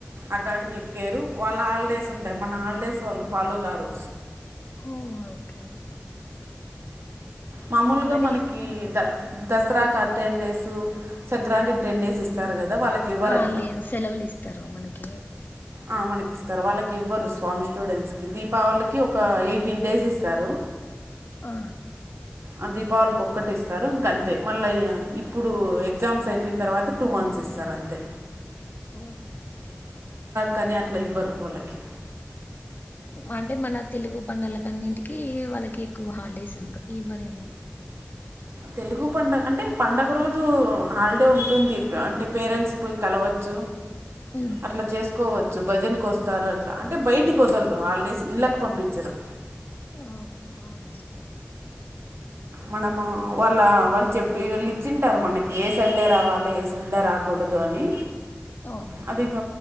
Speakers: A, on the right (about 75°); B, on the left (about 45°).
A: అకాడమీ ఎ కేేరు వాళ్ళ హాలిడేస్ ఉంటాయి మ మన హాలిడేస్ వాళ్ళు ఫాలో కారు
B: ఓ ఓకే
A: మామూలుగా
B: అది
A: మనకి ద దసరాకి టెన్ డేసు సంక్రాంతికి టెన్ డేస్ ఇస్తంది స్తారు కదా వాళ్ళకి ఇవ్వరుట్లా
B: ఆ! లే సెలవులిస్తారు మనకి.
A: ఆ మనకి ఇస్తారు వాళ్ళకి ఇవ్వరు స్వామి స్టూడెంట్స్ కి దీపావళికి ఒక ఎయిటీన్ డేస్ ఇస్తారు
B: ఆ
A: ఆ దీపావళికి ఒక్కటి ఇస్తారు ఇంక అంతే మళ్ళా ఇప్పుడు ఎగ్జామ్స్ అయిపోయిన తర్వాత టూ మంత్స్ ఇస్తారు అంతే
B: ఓకే
A: కానే అట్లా ఇవ్వరు వాళ్ళకి
B: అంటే మన తెలుగు పండలకన్నింటికి వాళ్ళకి ఎక్కువ హాలిడేస్ ఉంట ఎవ్వరేమో
A: తెలుగు పండగ అంటే పండగ రోజు హాలిడే ఉంటుంది అంటే పేరెంట్స్ పోయి కలవద్
B: మ్
A: అట్లా చేసుకోవచ్చు భజనకు వస్తారు అట్లా అంటే బయటికి వదలరు హాలిడేస్ ఇళ్ళకి పంపించరు
B: ఓ అవునా
A: మనము వాళ్ళ వాళ్ళు చెప్ప వీళ్లు ఇచ్చింటారు మనకి ఏ సండే రావాలో ఏ సండే రాకూడదు అని
B: అవును
A: అది ఇక